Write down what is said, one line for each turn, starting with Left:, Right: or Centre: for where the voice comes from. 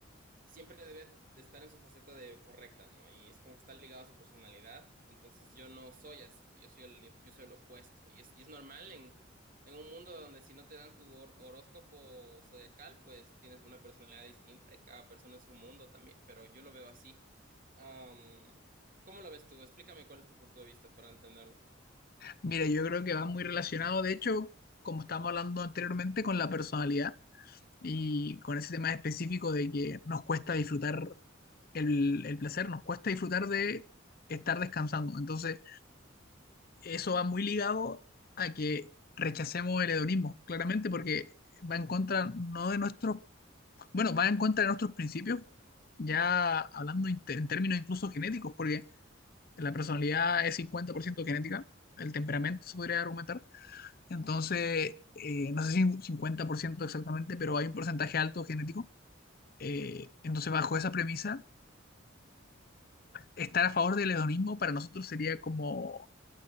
Right: siempre debe estar en su faceta de correcta, ¿no? Y es como que está ligado a su personalidad. Entonces yo no soy así, yo soy el, yo soy el opuesto. Y es, y es normal en, en un mundo donde si no te dan tu hor- horóscopo zodiacal, pues tienes una personalidad distinta y cada persona en su mundo también, pero yo lo veo así. Am, ¿cómo lo ves tú? Explícame cuál es tu punto de vista para entenderlo.
Left: Mira, yo creo que va muy relacionado, de hecho, como estábamos hablando anteriormente, con la personalidad y con ese tema específico de que nos cuesta disfrutar el, el placer, nos cuesta disfrutar de estar descansando. Entonces, eso va muy ligado a que rechacemos el hedonismo, claramente, porque va en contra no de nuestros Bueno, va en contra de nuestros principios, ya hablando in- en términos incluso genéticos, porque la personalidad es 50% genética, el temperamento se podría argumentar, entonces, eh, no sé si un 50% exactamente, pero hay un porcentaje alto genético, eh, entonces bajo esa premisa, estar a favor del hedonismo para nosotros sería como